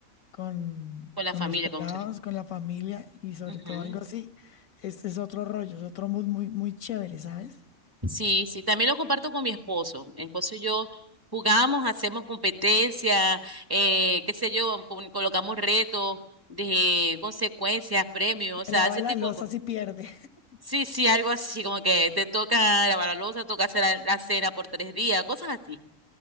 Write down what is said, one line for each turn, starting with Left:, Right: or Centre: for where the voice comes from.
Left: con,
Right: Con la
Left: con
Right: familia,
Left: los pelados,
Right: con nosotros.
Left: con la familia y sobre
Right: Ujú.
Left: todo algo así, este es otro rollo, es otro mood muy, muy chévere, ¿sabes?
Right: Sí, sí, también lo comparto con mi esposo. Mi esposo y yo jugamos, hacemos competencia eh, qué sé yo, con- colocamos retos de consecuencias, premios, o sea,
Left: Me lava
Right: ese
Left: la
Right: tipo
Left: loza
Right: de
Left: si pierde. <laughs>
Right: Sí, sí, algo así, como que te toca lavar la loza, toca hacer la, la cena por tres días, cosas así. <laughs>